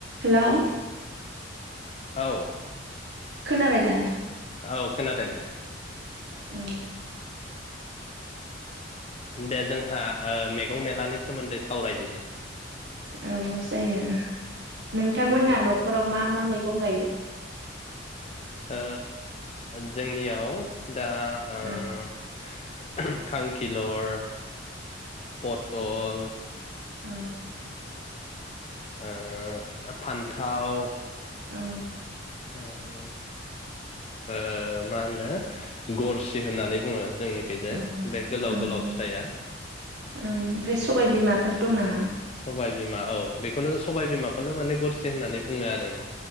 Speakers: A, on the right (about 65°); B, on the left (about 35°).
A: हेल'
B: औ।
A: खोनाबाय दा?
B: औ खोनादों दे।
A: औ।
B: दे जोंहा ओ मैगं मेलानि सोमोन्दै सावरायदिनि
A: औ औ जायो। नोंथांमोना
B: उम
A: न'खराव मा मा मै गं गायो?
B: ओ जोंनियाव दा ओ
A: ओं
B: खांखिलर पटल
A: औ।
B: ओ फान्थाव
A: ओं
B: ओं ओ मा होनो गरसि होननानै बुङो। जोंनिखैजाय
A: ओं ओं
B: बे गोलाव गोलाव
A: ओं
B: फिथाइया
A: ओं ओमफ्राय सबाय बिमाफोर दं नामा?
B: सबाय बिमा औ बे बेखौनो सबाय बिमाखौनो माने गरसि होननानै बुङो आरो आङो।